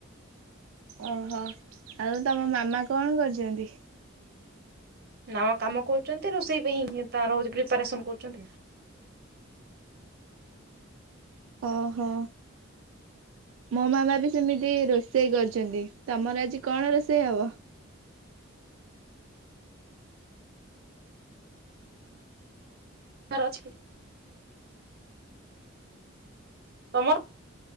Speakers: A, on the right; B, on the right.
A: ଓହୋ ଆଉ ତମ ମାମା କଣ କରିଛନ୍ତି?
B: ନଆ କାମ କରୁଛନ୍ତି ରୋଷେଇ ପାଇଁ ତ ରଛି ପ୍ରିପାରେସନ କରୁଛନ୍ତି।
A: ଓହୋ ମୋ ମାମା ବି ସେମିତି ରୋଷେଇ କରିଛନ୍ତି ତମର ଆଜି କଣ ରୋଷେଇ ହବ?
B: ଅଛି। ତମର